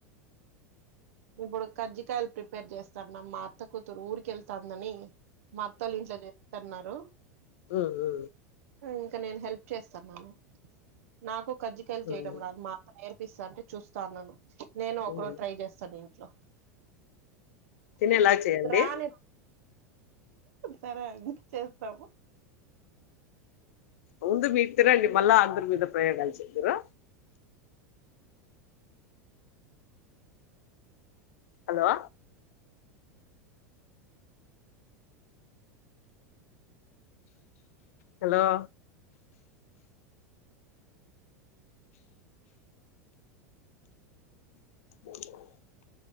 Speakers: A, on the right; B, on the left.
A: ఇప్పుడు కజ్జికాయలు ప్రిపేర్ చేస్తాన్న మా అత్త కూతురు ఊరిక వెళ్తుాందని మా అత్త ఇంట్లో చేస్తున్నారు
B: ఆ ఆ
A: ఇంకా నేను హెల్ప్ చేస్తున్నాను నాకు కజ్జికయలు చేయడం
B: ఉమ్,
A: రాదు మా పిస్తా ఉంటే చూస్తాన్నాను. నేను ఒక్కరోజు
B: ఉమ్,
A: ట్రై చేస్తాను. ఇంట్లో
B: తినేలా చేయండి.
A: నీకు రాని సరే అండి చేస్తాము
B: ముందు మీ తరండి మళ్ళా అందరి మీద ప్రయోగాలు చేద్దరు హలో హలో <inaudible>